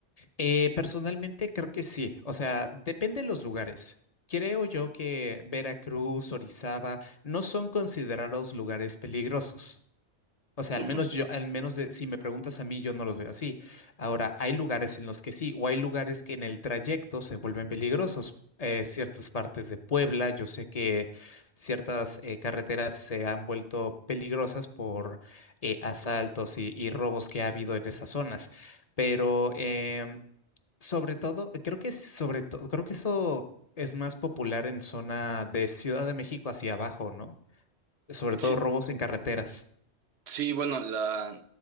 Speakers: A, on the left; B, on the right.
A: eh, personalmente creo que sí, o sea, depende de los lugares. Creo yo que Veracruz, Orizaba, no son considerados lugares peligrosos. O sea,
B: Ujú.
A: al menos yo, al menos de- si me preguntas a mí, yo no los veo así. Ahora, hay lugares en los que sí, o hay lugares que en el trayecto se vuelven peligrosos. Eh, ciertas partes de Puebla, yo sé que ciertas eh, carreteras se han vuelto peligrosas por eh, asaltos y, y robos que ha habido en esas zonas. Pero em, sobre todo, creo que sobre todo, creo que eso es más popular en zona de Ciudad de México hacia abajo, ¿no? Sobre
B: Sí,
A: todo robos en carreteras.
B: Sí, bueno, la,